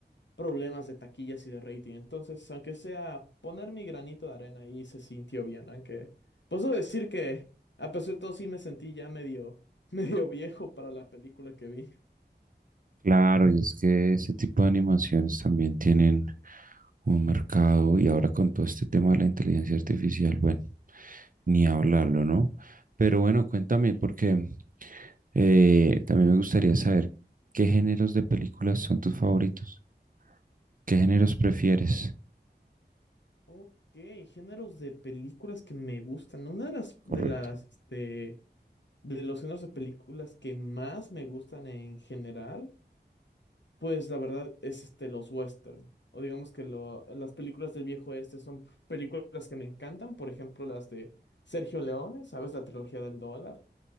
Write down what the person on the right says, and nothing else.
Claro, y es que ese tipo de animaciones también tienen un mercado y ahora con todo este tema de la inteligencia artificial, bueno, ni hablarlo, ¿no? Pero bueno, cuéntame, porque eh, también me gustaría saber qué géneros de películas son tus favoritos, qué géneros prefieres,
correcto.